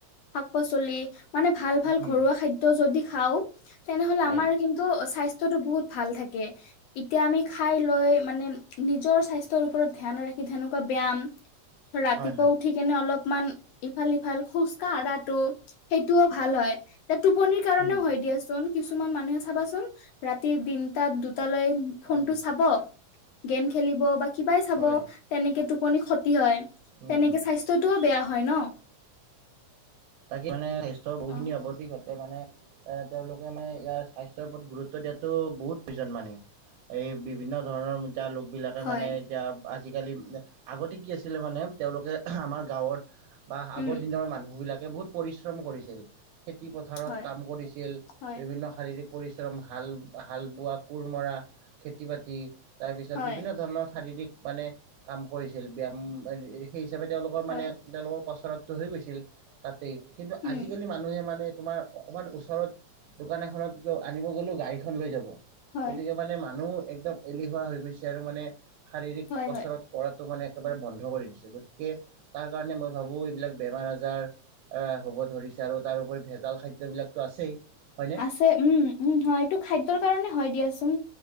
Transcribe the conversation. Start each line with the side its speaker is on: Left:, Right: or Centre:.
Left: শাক-পাচলি, মানে ভাল-ভাল
Right: উম, উম,
Left: ঘৰুৱা খাদ্য যদি খাওঁ। তেনেহলে
Right: হয়
Left: আমাৰ কিন্তু স্বাস্থ্যতটো বহুত ভাল থাকে, এতিয়া আমি খাই লৈ মানে নিজৰ স্বাস্থ্যৰ ওপৰত ধ্যান ৰাখি তেনেকুৱা ব্যায়াম, ৰাতিপুৱা
Right: হয় হয়
Left: উ থি কেনে অলপমান ইফাল সিফাল খোজ কাঢ়াটো। সেইটোও ভাল হয়, এ টোপনিৰ কাৰণেও
Right: উম
Left: হয় দিয়াচোন। কিছুমান মানুহে চাবাচোন ৰাতি তিনটাত দুটালৈ ফোনটো
Right: উম
Left: চাব, গেম খেলিব বা কিবাই চাব
Right: হয়
Left: তেনেকে টোপনি ক্ষতি হয়।
Right: উম
Left: তেনেকে
Right: উম
Left: স্বাস্থ্যটোও বেয়া হয় ন।
Right: তাকে মানে স্বাস্থ্যৰ বহুখিনি
Left: অ
Right: অৱতি ঘতে মানে এ তেওঁলোকে মানে ইয়াৰ স্বাস্থ্যৰ ওপৰত গুৰুত্ব দিয়াতো বহুত পিজন মানে এই বিভিন্ন ধৰণৰ মিতা লোক বিলাকে
Left: হয়
Right: মানে এতিয়া আজিকালি আগতে কি আছিলে মানে তেওঁলোকে আমাৰ গাঁৱত বা
Left: উম
Right: আগৰ দিনৰ মানুহ বিলাকে বহুত পৰিশ্ৰম কৰিছিল। খেতি পথাৰত
Left: হয়
Right: কাম কৰিছিল
Left: হয়,
Right: বিভিন্ন শাৰীৰিক পৰিশ্ৰম হাল হাল বোৱা কোৰ মৰা খেতি বাতি তাৰপিছত
Left: হয়,
Right: বিভিন্ন ধৰণৰ শাৰীৰিক মানে কাম কৰিছিল ব্যায়াম সেই হিচাপে তেওঁলোকৰ
Left: হয়,
Right: মানে তেওঁলোকৰ কচৰতটো হৈ গৈছিল তাতেই কিন্তু
Left: উম,
Right: আজিকালি মানুহে মানে তোমাৰ অকণমান ওচৰত দোকান এখনত ক আনিব গ'লেও গাড়ীখন লৈ যাব
Left: হয়,
Right: গতিকে মানে মানুহ একদম এলেহুৱা হৈ গৈছে আৰু মানে শাৰীৰিক
Left: হয়,
Right: কচৰত
Left: হয়,
Right: কৰাটো মানে একেবাৰে বন্ধ কৰি দিছে গতিকে তাৰ কাৰণে মই ভাবোঁ এইবিলাক বেমাৰ আজাৰ আ হ'ব ধৰিছে আৰু তাৰোপৰি ভেজাল খাদ্য বিলাকতো আছেই হয়নে?
Left: আছে উম উম হয় এইটো খাদ্যৰ কাৰণে হয় দিয়াচোন